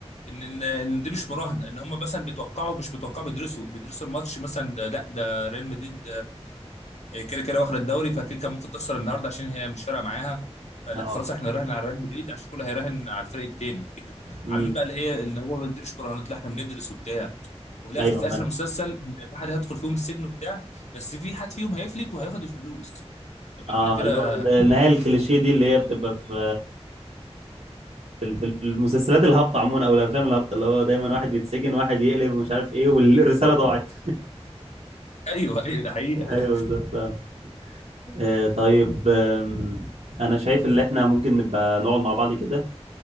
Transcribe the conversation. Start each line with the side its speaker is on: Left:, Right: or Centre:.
Left: ان ان إن دي مش مراهنه ان هم مثلا بيتوقعوا مش بيتوقعوا بيدرسوا بيدرسوا الماتش مثلا ده- لا ده ريال مدريد آه، كده كده واخد الدوري فكيكا ممكن تخسر النهارده عشان هي مش فارقه معاها فلا
Right: اه
Left: خلاص احنا نراهن على ريال مدريد عشان كله هيراهن على الفريق التاني كده
Right: امم
Left: عاملين بقى اللي هي ان هو دي مش مراهنات لا احنا بندرس وبتاع وفي الاخر
Right: ايوه
Left: في
Right: فاهم
Left: اخر المسلسل إن في حد هيدخل فيهم السجن وبتاع بس في حد فيهم هيفلت وهياخد الفلوس طب
Right: اه
Left: احنا كده
Right: اللي هو النهايه الكليشيه دي اللي هي بتبقى في في ال- في ال- في المسلسلات الهابطه عموما او الافلام الهابطه اللي هو دايما واحد بيتسجن واحد يقلب ومش عارف ايه والرساله ضاعت
Left: ايوه ايوه ده حقيقة
Right: <laughs>
Left: <laughs>
Right: ايوه بالظبط فاهم آه طيب آم، انا شايف ان احنا ممكن نبقى نقعد مع بعض كده